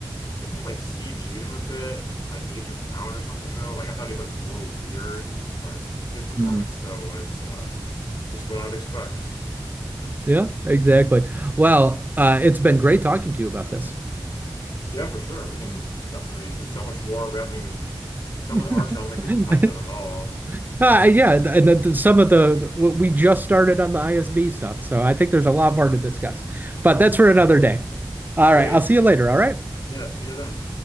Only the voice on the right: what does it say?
Mhm.
Yeah, exactly. Well, uh it's been great talking to you about this.
<laughs>
Uh, yeah, th- and uh, th- some of the the- w- we just started on the ISB stuff, so I think there's a lot more to discuss. But that's for another day. All
right, I'll see you later, all right?